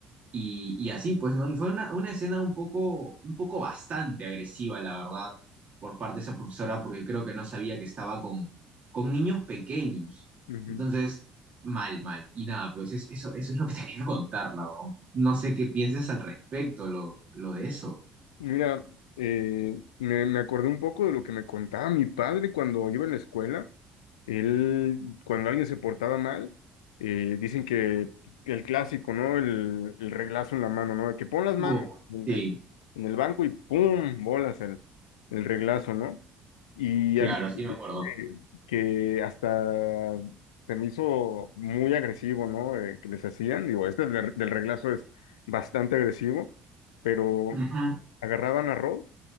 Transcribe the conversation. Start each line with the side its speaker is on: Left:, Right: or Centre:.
Right: Y, y así, pues, ¿no? Y fue una, una escena un poco, un poco bastante agresiva, la verdad, por parte de esa profesora, porque creo que no sabía que estaba con, con niños pequeños.
Left: ujú.
Right: Entonces, mal, mal. Y nada, pues es- eso, eso es lo que te <laughs> quería contar, la verdad. No sé qué pienses al respecto, lo, lo de eso.
Left: Mira, eh, me, me acordé un poco de lo que me contaba mi padre cuando iba en la escuela. Él, cuando alguien se portaba mal, eh, dicen que el clásico, ¿no? El, el reglazo en la mano, ¿no? De que pon las manos
Right: Uh,
Left: en,
Right: sí,
Left: en- en el banco y ¡pum! Bolas el, el reglazo, ¿no? Y
Right: claro,
Left: había
Right: sí me acuerdo.
Left: eh, que hasta se me hizo muy agresivo, ¿no? Eh, que les hacían, digo, este del, del reglazo es bastante agresivo, pero
Right: Ujú.
Left: agarraban arroz,